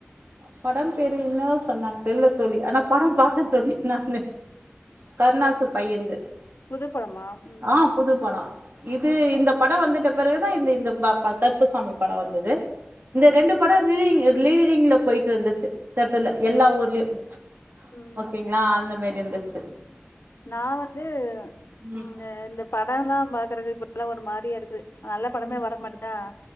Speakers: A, on the right; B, on the left.
A: படம் பேரு என்னவோ சொன்னாங்க தெரிலத்தோழி ஆனா படம் பாத்தன் தோழினான் கருணாசு பையன்து
B: புதுப்படமா உம்
A: ஆ புது படோ இது இந்த படம் வந்துட்ட பிறகுதான் இந்த இந்த பா ப கருப்பு சாமி படம் வந்தது இந்த
B: ஆ
A: ரெண்டு படம் ரீதிங் லீடிங்ல போயிட்டு இருந்துச்சு தட்டுல எல்லா ஊர்லயும்
B: ம்.
A: ஓகேங்களா அந்த மாி எந்துச்சு
B: நான் வந்து
A: ம்
B: உ இந்த படம்ல்லாம் பாக்குற இப்ப எல்லாம் ஒரு மாரியா இருக்கு நல்ல படமே
A: ம்
B: வர மாட்டுதா